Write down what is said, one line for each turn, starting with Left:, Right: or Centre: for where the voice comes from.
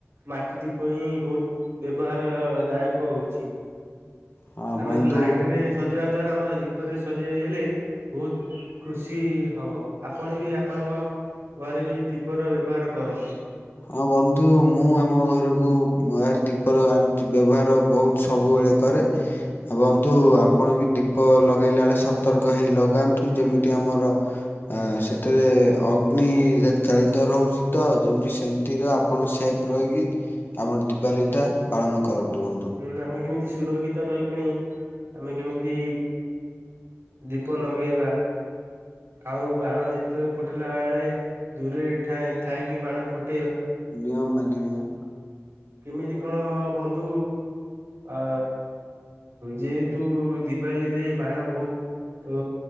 Right: ମାଟି ଦୀପ ହିଁ ବହୁତ ବ୍ୟବହାର ଦାୟକ ହଉଚି।
Left: ହଁ
Right: ଆମେ
Left: ବନ୍ଧୁ
Right: ଲାଇଟ ରେ ସଜେଇବା ଦ୍ଵାରା ଆମର ଦୀପରେ ସଜେଇେଇଲେ ବହୁତ ଖୁସି ହବ ଆପଣ ବି ଆପଣଙ୍କ ଘରେ ବି ଦୀପର ବ୍ୟବହାର କରନ୍ତୁ।
Left: ହଁ ବନ୍ଧୁ ମୁଁ ଆମ ଘରକୁ ଦୀପର ଆଣିକି ବ୍ୟବହାର ବହୁତ ସବୁବେଳେ କରେ, ବନ୍ଧୁ ଆପଣ ବି ଦୀପ ଲଗାଇଲା ବେଳେ ସତର୍କ ହେଇ ଲଗାନ୍ତୁ ଯେମିତି ଆମର ସେଥିରେ ଅଗ୍ନି ଚାଳିତ ରହୁଛି ତ ଯେମିତି ସେମିତିର ଆପଣ ସେଫ୍ ରହିକି ଆମର ଦିବାଲୀଟା ପାଳନ କରନ୍ତୁ ବନ୍ଧୁ
Right: ହୁଁ ଆମେ କେମିତି ସୁରକ୍ଷିତ ରହିକିଣି ଆମେ କେମିତି ଦୀପ ନଗେଇବା ଆଉ ବାଣ ଯେତେବେଳେ ଫୁଟିଲା ବେଳେ ଦୂରେଇ ଠାଏ ଥାଇକି ବାଣ ଫୁଟ
Left: ନିୟମ ମାନିବା
Right: କେମିତି କଣ ବନ୍ଧୁ ଆ ଯେହେତୁ ଦିିବାଲିରେ ବାଣ ବହୁତ